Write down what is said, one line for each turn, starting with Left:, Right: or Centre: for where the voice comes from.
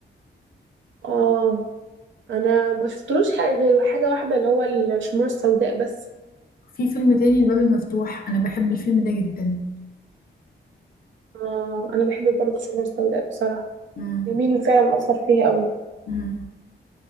Right: اه انا ما شفتلوش حاجة غير حاجة واحدة اللي هو الشموع السوداء بس
Left: في فيلم تاني الباب المفتوح انا بحب الفيلم ده جدا
Right: آه انا بحب برضه الشموع السوداء بصراحة
Left: مم.
Right: جميل فعلا اثر فيها قوي
Left: مم.